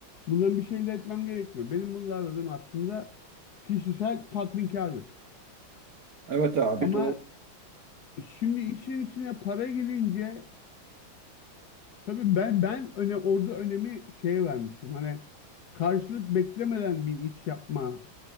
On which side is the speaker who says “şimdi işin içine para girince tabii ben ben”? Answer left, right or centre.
Left